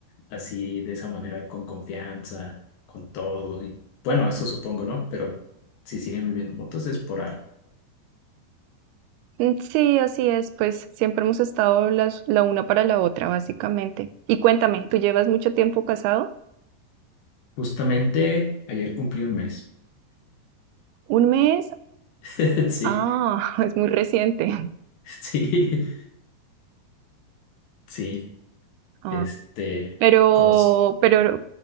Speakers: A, on the left; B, on the right.
A: así, de esa manera, con confianza, con todo. Y bueno, eso supongo, ¿no? Pero si siguen viviendo juntos es por algo.
B: Mm, Sí, así es, pues siempre hemos estado las, la una para la otra, básicamente. Y cuéntame, ¿tú llevas mucho tiempo casado?
A: Justamente ayer cumplí un mes.
B: ¿Un mes?
A: <laughs> Sí,
B: Ah, <laughs> es muy reciente.
A: sí, sí.
B: Ah,
A: Este,
B: pero,
A: como, s-
B: pero,